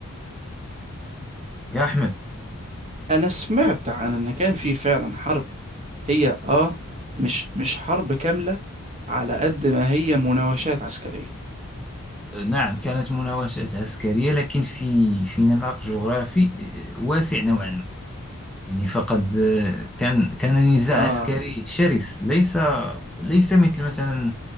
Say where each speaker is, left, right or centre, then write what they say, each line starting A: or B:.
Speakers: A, in the centre; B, on the right (about 30°).
A: يا أحمد
B: انا سمعت عن ان كان في فعلا حرب هي اه مش مش حرب كاملة على قد ما هي مناوشات عسكرية
A: نعم كانت مناوشات عسكرية لكن في في نطاق جغرافي واسع نوعا ما يعني فقد كان كان نزاع
B: اه
A: عسكري شرس ليس ليس مثل مثلا